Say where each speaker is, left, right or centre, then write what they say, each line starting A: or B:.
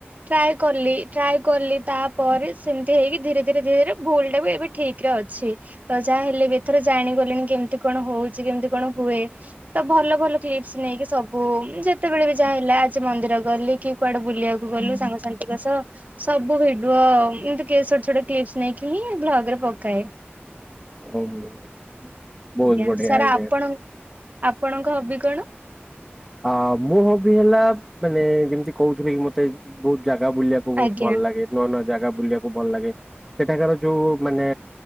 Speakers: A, on the right (about 40°); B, in the centre.
A: ଟ୍ରାଏ କଲି ଟ୍ରାଏ କଲି ତାପରେ ସେମିତି ହେଇକି ଧୀରେ ଧୀରେ ଧୀରେ ଧୀରେ ଭୁଲ ଟା ବି ଏବେ ଠିକ ଅଛି ତ ଯାହା ହେଲେ ବି ଏଥର ଜାଣିଗଲେଣି କେମିତି କଣ ହଉଚି କେମିତି କଣ ହୁଏ ତ ଭଲ ଭଲ କ୍ଲିପସ୍ ନେଇକି ସବୁ ଯେତେବେଳେ ବି ଯାହା ହେଲା ଆଜି ମନ୍ଦିର ଗଲି କି କୁଆଡେ ବୁଲିବାକୁ ଗଲୁ ସାଙ୍ଗସାଥିଙ୍କ ସହ ସବୁ ଭିଡିଓ ଏମିତି କି ଛୋଟ ଛୋଟ କ୍ଲିପସ୍ ନେଇକି ହିଁ ଭ୍ଲଗ ରେ ପ କାଇଁ
B: <unintelligible>
A: ଆଜ୍ଞା
B: ବଢିଆ
A: ସାର୍
B: ଆଜ୍ଞା।
A: ଆପଣଙ୍କ ଆପ ଆପଣଙ୍କ ହବି କଣ?
B: ଆ ମୋ ହବି ହେଲା ମାନେ ଯେମିତି କହୁଥିଲି କି ମତେ ବହୁତ ଜାଗା ବୁଲିବାକୁ ବହୁତ
A: ଆଜ୍ଞା
B: ଭଲ ଲାଗେ ନୁଆ ନୂ ଜାଗା ବୁଲିବାକୁ ଭଲ ଲାଗେ ସେଠାକାର ଯୋଉ ମାନେ